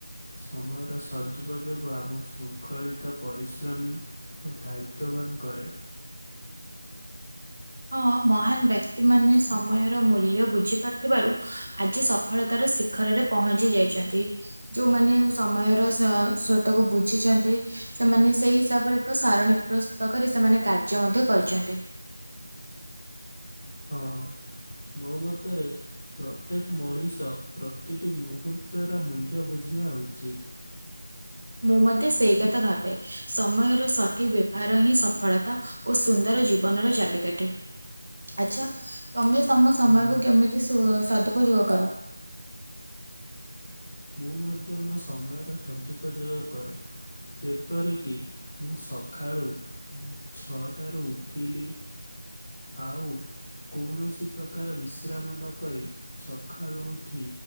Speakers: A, on the left; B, on the right.
A: ସମୟର ସଦୁପଯୋଗ ଆମ ଶୃଙ୍ଖଳିତ ପରିଶ୍ରମୀ ଓ ଦାୟିତ୍ୱବାନ କରେ।
B: ହଁ ମହାନ ବ୍ୟକ୍ତି ମାନେ ସମୟର ମୂଲ୍ୟ ବୁଝି ପାରୁଥିବାରୁ, ଆଜି ସପ ସଫଳତାର ଶିଖରରେ ପହଞ୍ଚି ଯାଇଛନ୍ତି। ଯୋଉମାନେ ସମୟର ସ ସ୍ରୋତକୁ ବୁଝିଛନ୍ତି ସେମାନେ ସେଇ ହିସାବରେ ଏକ ସାରଣୀ ପ୍ରସ୍ତୁତ କରି, ସେମାନେ କାର୍ଯ୍ୟ ମଧ୍ୟ କରିଛନ୍ତି।
A: ହଁ, ମୋ ମତରେ ପ୍ରତ୍ୟେକ ମଣିଷ ପ୍ରତିଟି ମୁହୂର୍ତ୍ତର ମୂଲ୍ୟ ବୁଝିବା ଉଚିତ।
B: ମୁଁ ମଧ୍ୟ ସେଇ କଥା ଭାବେ, ସମୟର ସଠିକ ବ୍ୟବହାର ହିଁ ସଫଳତା ଓ ସୁନ୍ଦର ଜୀବନର ଚାବିକାଠି। ଆଚ୍ଛା ତମେ ତମ ସମୟକୁ
A: ହଁ,
B: କେମିତି ସୁ ସଦୁପଯୋଗ କର?
A: ମୁଁ ମଧ୍ୟ ମୋ ସମୟର ସଦୁପଯୋଗ କରେ। ଯେପରିକି, ସଖାଳୁ ଛଅଟାରୁ ଉଠିଲି। ଆଉ କୌଣସି ପ୍ରକାର ବିଶ୍ରାମ ନକରି ସଖାଳୁ ଉଠି